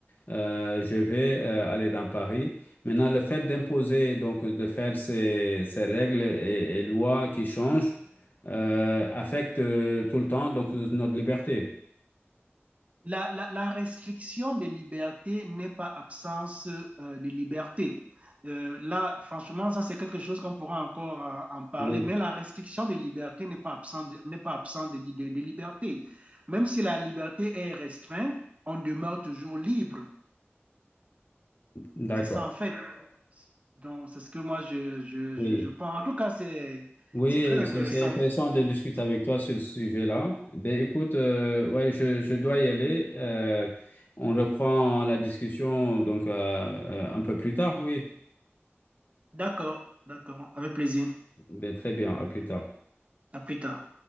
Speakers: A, on the left; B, on the right.
A: euh, je vais euh, aller dans Paris. Maintenant, le fait d'imposer, donc de faire ces, ces règles et, et lois qui changent, euh, affecte euh, tout le temps donc notre liberté.
B: La, la- la restriction des libertés n'est pas absence euh, de liberté. Euh, là, franchement, ça, c'est quelque chose qu'on pourra encore euh, en parler,
A: Oui,
B: mais la restriction des libertés n'est pas absente, n'est pas absente de, de- de liberté. Même si la liberté est restreinte, on demeure toujours libre.
A: d'accord.
B: C'est ça, en fait. Donc, c'est ce que moi, je, je,
A: Oui,
B: je, je pense. En tout cas, c'est,
A: oui,
B: c'est très intéressant.
A: c'est c'est intéressant de discuter avec toi sur ce sujet-là. Ben écoute, euh, ouais, je, je dois y aller. Euh, on reprend la discussion donc euh, euh, un peu plus tard, oui.
B: D'accord, d'accord, avec plaisir.
A: Ben très bien, à plus tard.
B: À plus tard.